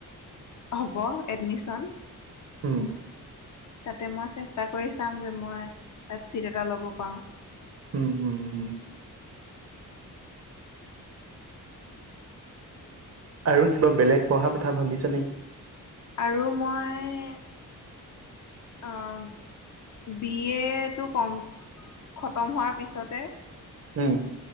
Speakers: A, on the left; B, on the right.
A: হ'ব এডমিশ্যন।
B: উম।
A: তাতে, মই চেষ্টা কৰি চাম যে মই তাত ছিট এটা ল'ব পাৰোঁ। <inaudible>
B: উম উম উম আৰু কিবা বেলেগ পঢ়া কথা ভাবিছা নেকি?
A: আৰু মই অহ' বি এ টো কম খতম হোৱাৰ পিছতে
B: হ'ম।